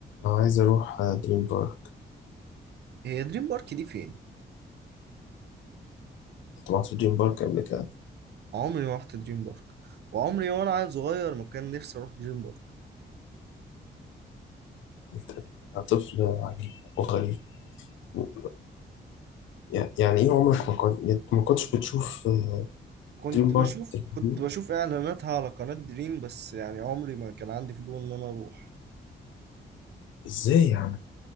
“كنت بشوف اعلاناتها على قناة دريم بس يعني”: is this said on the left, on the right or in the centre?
Right